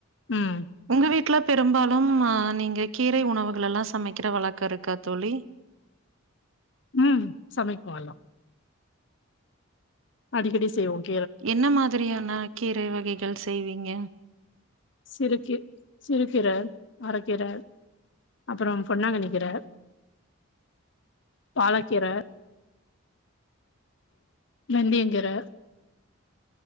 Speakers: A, on the left; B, on the right.
A: ம்
B: உங்க வீட்டுல பெரும்பாலும் ஆ நீங்க கீரை உணவுகள் எல்லா சமைக்கிற வழக்க இருக்கா தோழி
A: ம் சமைப்போ எல்லா அடிக்கடி செய்வோம்
B: என்ன மாதிரியான கீரை வகைகள் செய்வீங்க
A: சிறுகீ சிறுகீர அரக்கீர அப்பறம் பொன்னாங்கண்ணி கீர பாலக்கீர வெந்தியங்கீர